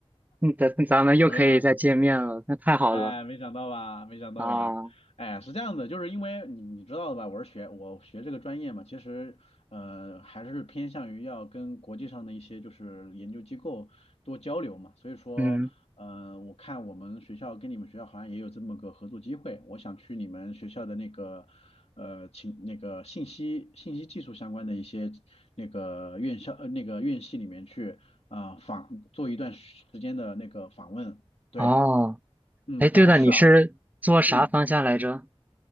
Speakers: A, on the right; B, on the left.
A: 嗯咱咱们又可以再见面了，
B: 怎么样？
A: 那太好了
B: 哎，没想到吧，没想到吧，
A: 啊！
B: 哎，是这样的，就是因为你你知道的吧，我是学我学这个专业嘛，其实呃还是偏向于要跟国际上的一些就是研究机构多交流嘛，所以说呃我看我们学校跟你们学校好像也有这么个合作机会，
A: 嗯
B: 我想去你们学校的那个呃请那个信息信息技术相关的一些那个院校呃那个院系里面去啊、访做一段时间的那个访问，对。
A: 哦，
B: 嗯，
A: 哎，对了，
B: 但是啊，
A: 你是做啥方向来着？
B: 我嗯，